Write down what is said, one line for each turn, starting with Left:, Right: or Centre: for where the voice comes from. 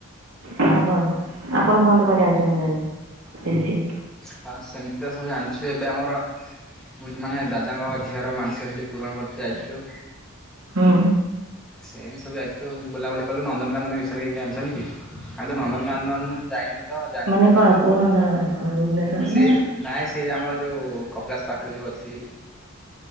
Right: ଆ କଣ ଆପଣ କୁହନ୍ତୁ କଣ ଜାଣିଛନ୍ତି ଯଦି ବେଶୀ।
Centre: ହଁ ସେମ୍ତି ତ ସବୁ ଜାଣିଛୁ ଏବେ ଆମର ମାନେ ଦାଦାଙ୍କ ଝିଅର ମାନସିକ ସେଠି ପୂରଣ କରି ଯାଇଥିଲୁ।
Right: ହୁଁ।
Centre: ସେମିତି ସବୁ ଯାଇଥିଲୁ ବୁଲାବୁଲି କଲୁ, ନନ୍ଦନକାନନ ବିଷୟରେ କିଛି ଜାଣିଛନ୍ତି କି? ଆମେ ତ ନନ୍ଦନକାନନ ଯାଇନୁ ତ ଜାଣିପାରିଲୁନି
Right: ମାନେ କଣ କୋଉ ନନ୍ଦନକାନନ ଆମର ଭୁବନେଶ୍ଵର
Centre: ଏ ସେ
Right: ନା
Centre: ନାଇଁ ସେ ଆମର ଯୋଉ କପିଳାସ ପାଖେରେ ଯୋଉ ଅଛି।